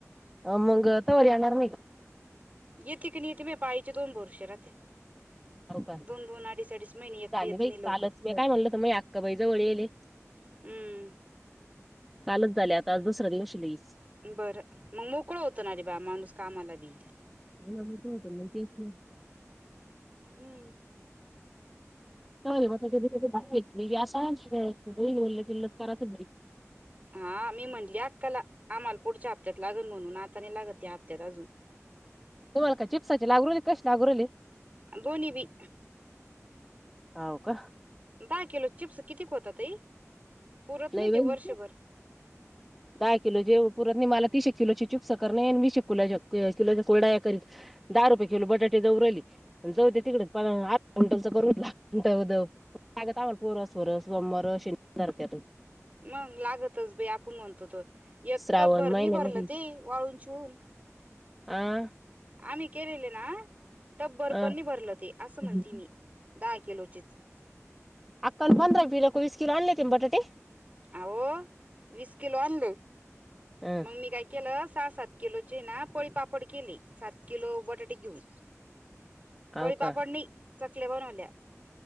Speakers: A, in the centre; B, on the right.
A: अ मंग तवर येणार नहो का?
B: येते की, नाही येत माझ्या पाळीचे दोन भरोशे राहत्या.
A: हो का?
B: दोन दोन अडीच अडीच महिने एक
A: झाले
B: तर येत
A: बाई
B: नाही लवकर
A: कालच, मी काय म्हणल ते मी अक्काबाई जवळ येलं ये.
B: हम्म,
A: कालच झाले आता, आज दुसरा दिवशे लैई
B: बरं, मगं मोकळं होतं ना रे बा माणूस कामाला बी.
A: हो ना मोकळं होतं म तेच नी
B: हम्म,
A: चचा म त्याच्या त्या बा घेतली अस किल्लत करतच बरी <unintelligible>
B: हा मी म्हटली अक्काला आम्हाला पुढच्या हप्त्यात लागल म्हणून, आता नाही लागतं ह्या हप्त्यात अजून.
A: तुम्हाला काय चिप्साचे लागु राहिले, का कशे लागु राहिले?
B: दोन्ही बी.
A: हाव का?
B: दहा किलोत चिप्स कितीक होता ताई? पुरत
A: लैई
B: नाही
A: होईल.
B: ते वर्षभर
A: दहा किलो चे पुरंत नही मला तीश एक किलोची चिप्स करनं ये, आणि वीस एक किलोचा कुरडया करीण. दहा रुपये किलो बटाटे जाऊ राहिले. अन् जाऊदे तिकडेच पण आठ क्विंटलच करू म्हटला दवदव <unintelligible> लागंत आम्हाला पोरं, सोरं सोमवारं शनिवारं अ धरत्या त.
B: मंग लागतच बाई आपण म्हणतो त, एक
A: श्रावण
B: टपभर नही
A: महिन्यामध्ये
B: भरलं ते वाळून चिळून.
A: आं,
B: आम्ही केलेले ना टपभर
A: आ
B: पण नाही भरलं ते, असं म्हणती
A: हाव
B: मी दहा किलोचेच.
A: अक्का नं पंधरा किलो क वीस किलो आणले होते बटाटे?
B: आओ वीस किलो आणले,
A: अ
B: मग मी काय केलं सहा, सात किलोचे ना पळी पापड केले, सात किलो बटाटे घेऊन.
A: <inaudible>
B: पळी पापड
A: का
B: नाही चकल्या बनवल्या,